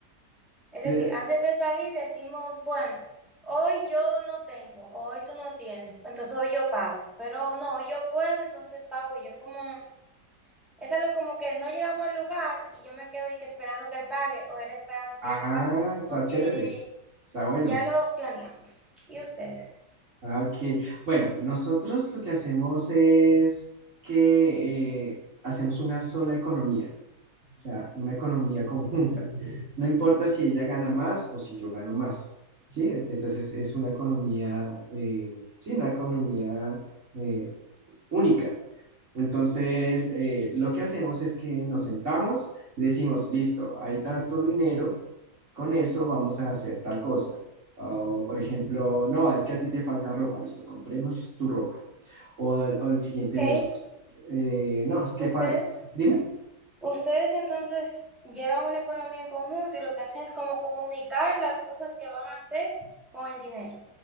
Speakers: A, in the centre; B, on the right.
A: Es decir,
B: Eh,
A: antes de salir decimos, bueno, hoy yo no tengo, hoy tú no tienes, entonces hoy yo pago, pero no, hoy yo puedo, entonces pago yo como Es algo como que no llegamos al lugar y yo me quedo y que esperando que él pague o él esperando que
B: ah,
A: yo pague.
B: está chévere,
A: Eh,
B: está bueno.
A: ya lo planeamos. ¿Y ustedes?
B: Ah, Ok, bueno, nosotros lo que hacemos es que eh, hacemos una sola economía, o sea, una economía conjunta. No importa si ella gana más o si yo gano más, ¿sí? En- Entonces es una economía, eh, sí, una economía eh, única. Entonces, eh, lo que hacemos es que nos sentamos y decimos, listo, hay tanto dinero con eso vamos a hacer tal cosa. O, por ejemplo, no, es que a ti te falta ropa, listo, compremos tu ropa. O, o el siguiente
A: okay
B: mes, eh, no, es que,
A: ustedes,
B: fal- dime,
A: ustedes entonces llevan una economía en conjunto y lo que hacen es como comunicar las cosas que van a hacer con el dinero.